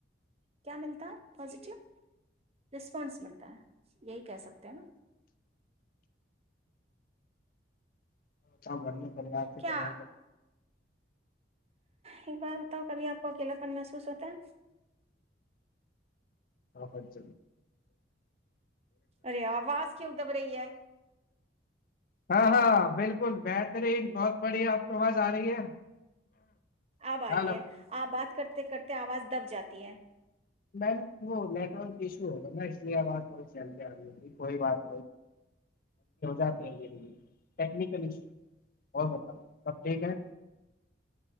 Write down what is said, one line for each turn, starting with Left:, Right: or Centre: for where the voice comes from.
Right: کیا ملتا ہے پازیٹیو رسپانس ملتا ہے یہی کہہ سکتے ہیں نا
Left: بتاؤ گھر میں پریوار تھےریوار
Right: کیا
Left: کا
Right: ایک بات بتاؤ کبھی آپ کو اکیلاپن محسوس ہوتا ہے
Left: ہچ
Right: ارے آواز کیوں دب رہی ہے
Left: ہاں ہاں بالکل بہترین بہت بڑھیا آپ کو آواز آ رہی ہے
Right: اب
Left: ہلو
Right: آئیے آپ بات کرتے کرتے آواز دب جاتی ہے
Left: میں وہ نیٹ ورک ایشو ہوگا نا اس لیے کوئی چل ج آ نہیں ہوی کوئی بات <unintelligible> ٹیکنیکل ایشوز سب ٹھیک ہے